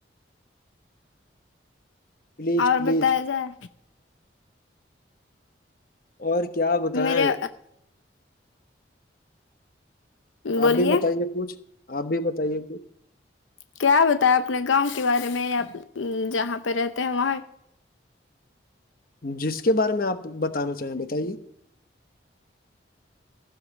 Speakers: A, on the left; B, on the left.
A: پلیز
B: اور
A: پلیز
B: بتایا جائے
A: اور کیا بتائیں
B: میرے بولیے
A: آپ بھی بتائیے کچھ آپ بھی بتائیے کچھ
B: کیا بتیں اپنے گاؤں کے بارے میں یا جہاں پہ رہتے ہیں وہاں
A: جس کے بارے میں آپ بتانا چاہیں بتائیے